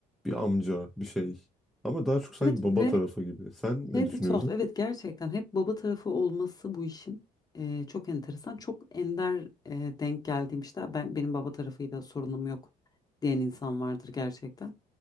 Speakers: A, in the centre; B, on the left.
A: bir amca bir şey. Ama daha çok sanki
B: Evet
A: baba
B: ve
A: tarafı gibi. Sen
B: şey
A: ne düşünüyorsun?
B: de tuhaf. Evet gerçekten hep baba tarafı olması bu işin e, çok enteresan. Çok ender e, denk geldiğim işte ben benim baba tarafıyla sorunum yok diyen insan vardır gerçekten.